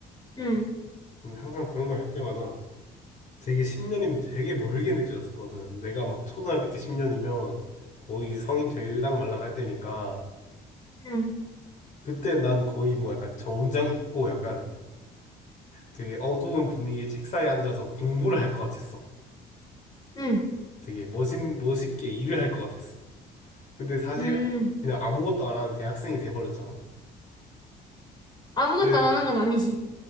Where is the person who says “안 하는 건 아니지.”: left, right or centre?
Left